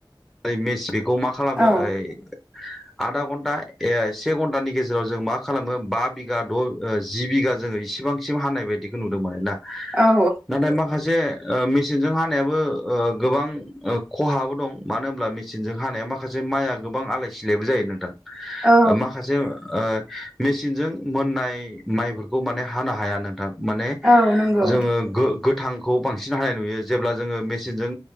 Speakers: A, in the centre; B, on the right.
A: ओइ मेस बेखौ मा खालामो
B: औ
A: ओइ आधा घन्टा ए से घन्टानि गेजेराव जों मा खालामो बा बिघा द' ओ जि बिघा जोङो बिबांसिम हानाय बायदिखौ नुदोंमोनोना।
B: औ
A: नाथाय माखासे ओ मेसिनजों हानायाबो ओ गोबां ओ खहाबो दं। मानो होनब्ला मेसिनजों हानाया माखासे माइआ गोबां आलाय सिलायबो जायो नोंथां।
B: औ
A: ओ माखासे ओ मेसिनजों मोननाय माइफोरखौ माने हानो हाया नोंथां माने
B: औ नंगौ
A: जोङो गो गो थांखौ बांसिन हानाय नुयो जेब्ला जोङो मेसिनजों